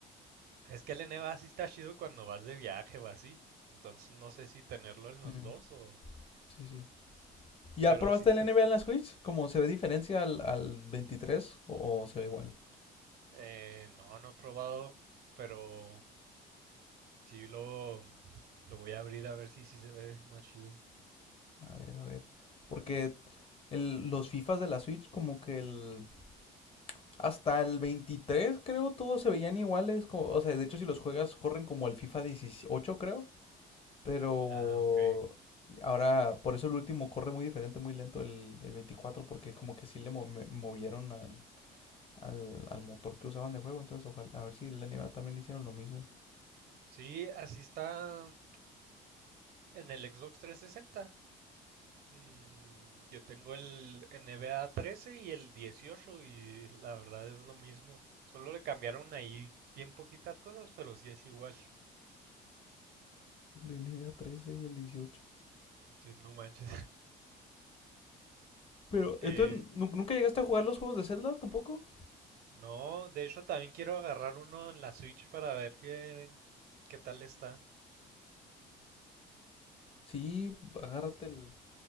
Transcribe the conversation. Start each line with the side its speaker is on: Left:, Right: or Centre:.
Right: Es que el NBA sí está chido cuando vas de viaje o así. Entonces no sé si tenerlo en los
Left: Mm,
Right: dos o...
Left: sí, sí. ¿Ya
Right: Pero
Left: probaste
Right: sí,
Left: el NBA en la Switch? ¿Cómo se ve diferencia al, al 23 o o se ve igual?
Right: eh, no, no he probado. Pero sí lo, lo voy a abrir a ver si sí se ve más chido.
Left: A ver, a ver. Porque el- los FIFAs de la Switch, como que el... Hasta el 23 creo, todos se veían iguales. como- o sea, de hecho, si los juegas, corren como el FIFA 18 creo. Pero
Right: Ah, ok.
Left: ahora, por eso el último corre muy diferente, muy lento el, el 24 porque como que sí le mo- me- movieron al, al, al motor que usaban de juego. Entonces, ojalá, a ver si el NBA también le hicieron lo mismo.
Right: Sí, así está en el Xbox 360. Mm, yo tengo el N6A 13 y el 18 y la verdad es lo mismo. Solo le cambiaron ahí bien poquitas cosas, pero sí es igual.
Left: El NBA 13 y el 18.
Right: Entonces, no manches. <laughs>
Left: Pero, entonces,
Right: Eh,
Left: ¿nu- ¿nunca llegaste a jugar los juegos de Zelda tampoco?
Right: no, de hecho también quiero agarrar uno en la Switch para ver qué, qué tal está.
Left: Sí, agárrate el,